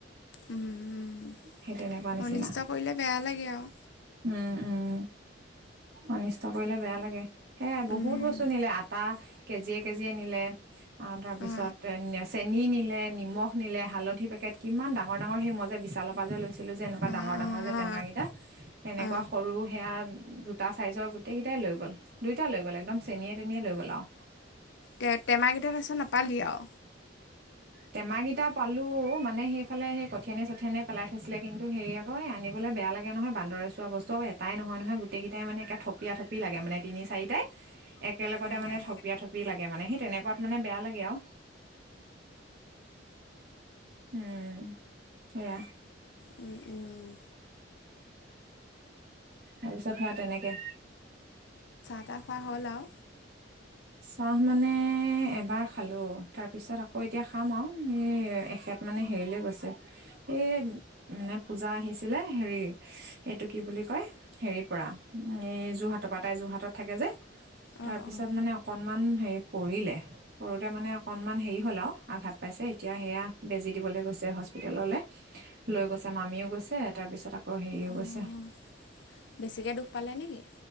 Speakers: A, on the left; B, on the right.
A: উম, উম,
B: সেই তেনেকুৱা নিচিনা
A: অনিষ্ট কৰিলে বেয়া লাগে আৰু।
B: উম। উম অনিষ্ট কৰিলে বেয়া লাগে সেয়াই
A: উম
B: বহুত বস্তু আতা কেজিয়ে কেজিয়ে নিলে আ তাৰ পিছত
A: অ
B: চেনি নিলে, নিমখ নিলে, হালধি পেকেট কিমান ডাঙৰ ডাঙৰ সেই মই যে বিশালৰ পাজে লৈছিলোঁ যে এনেকুৱা
A: অ
B: ডাঙৰ ডাঙৰ
A: অ
B: ডাঙৰ যে টেমাকেইটা
A: অ অ
B: তেনেকুৱা
A: অ
B: সৰু সেয়া দুটা চাইজৰ গোটেই কেইটাই লৈ গ'ল। দুইটা লৈ গ'ল একদম চেনিয়ে তেনিয়ে লৈ গ'ল আও
A: তে টেমাকেইটাৰ পাছত নাপালি আও।
B: টেম কিটা পালো মানে সেইফালে সেই কঠিয়ানি চঠিয়ানি পেলাই থৈছিলে কিন্তু হেৰি আক য়ে আনিবলৈ বে- বেয়া লাগে নহয় বান্দৰে চোৱা বস্তু এটাই নহয় নহয় গোটেইকেইাই মানে থপিয়া থপি লাগে মানে তিনি চাৰিটাই একেলগতে
A: অ অ
B: মানে থপিয়া থপি লাগে মানে সেই তেনেকুৱাত মানে বেয়া লাগে আও। উম সেয়া
A: উম উম
B: তাৰপিছত হেয়া তেনেকে
A: চা খোৱা হ'ল আও
B: চাহ মানে এবাৰ খালো তাৰপিছত আকৌ এতিয়া খাম আৰু এই এখেত মান মানে হেৰিলে গৈছে, এই মানে পূজা আহিছিলে হেৰি সেইটো কি বুলি কয় হেৰিপৰা এই যোৰহাটৰ পৰা তাই যোৰহাটত থাকে যে, তাৰপিছত
A: অঁ অঁ
B: মানে অ হে পৰিলে, পৰোতে মানে অকনমান হেৰি হ'ল আৰু আঘাত পাইছে এতিয়া সেয়া বেজি দিবলৈ গৈছে হস্পিতাললে, লৈ গৈছে মামীও গৈছে তাৰপিছত আ অ হেৰিও
A: অঁ
B: গৈচে
A: বেছিকৈ দুখ পালে নেকি